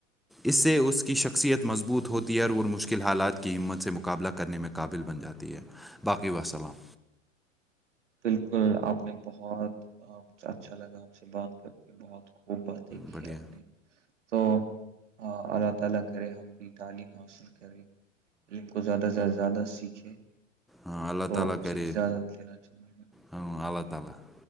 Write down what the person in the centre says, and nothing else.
اس سے اس کی شخصیت مضبوط ہوتی اور وہ مشکل حالات کی ہمت سے مقابلہ کرنے میں قابل بن جاتی ہے باقی وسلام
بڑھیا
ہاں اللہ
تعالی
کریے
ہاں اللہ تعالی